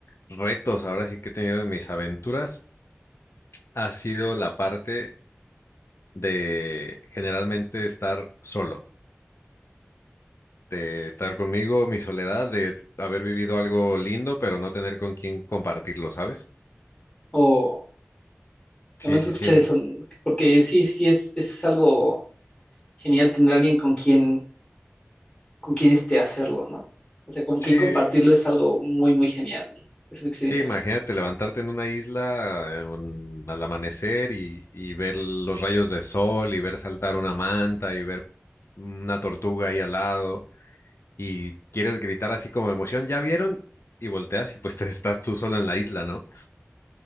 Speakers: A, on the left; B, on the left.
A: retos ahora sí que he tenido en mis aventuras ha sido la parte de generalmente estar solo, de estar conmigo, mi soledad, de haber vivido algo lindo, pero no tener con quién compartirlo, ¿sabes?
B: O
A: Sí,
B: Lamento
A: sí,
B: escuchar
A: sí.
B: eso, porque sí, sí es, es algo genial tener alguien con quien, con quien este hacerlo, ¿no? O sea, con
A: Sí,
B: quien compartirlo es algo muy, muy genial. Es una experiencia
A: Sí, imagínate
B: genial.
A: levantarte en una isla en- al amanecer y, y ver los rayos de sol y ver saltar una manta y ver una tortuga ahí al lado y quieres gritar así como de emoción, ¿ya vieron? Y volteas y pues te estás tú solo en la isla, ¿no?